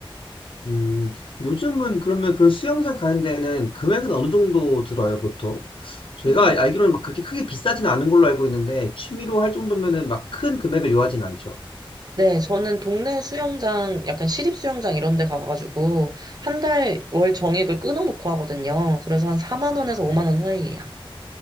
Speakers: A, on the left (about 65°); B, on the right (about 45°).
A: 음, 요즘은 그러면 그런 수영장 가는 데는 금액은 어느 정도 들어요, 보통? 제가
B: 음,
A: 알기로는 막 그렇게 크게 비싸진 않은 걸로 알고 있는데, 취미로 할 정도면은 막 큰 금액을 요하진 않죠.
B: 네, 저는 동네 수영장, 약간 시립 수영장 이런 데 가가지고, 한 달 월 정액을 끊어놓고 하거든요. 그래서 한 4만
A: 아,
B: 원에서
A: 네.
B: 5만 원 사이예요.